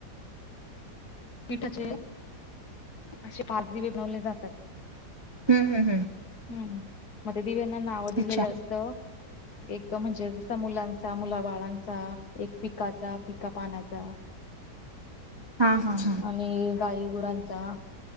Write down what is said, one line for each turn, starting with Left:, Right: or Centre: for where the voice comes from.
Left: पिठाचे असे पातं दिवे बनवले जातांत
Right: हम्मं हम्मं हम्मं
Left: हम्मं मं त्यां दिव्यांना नावं दिलेलं
Right: अच्छा
Left: असतं एक म्हणजे जसं मुलांचा मुलांबाळांचा एक पिकांचा पिकां पानांचा
Right: हां मावशी
Left: आणि गाई गुरांचा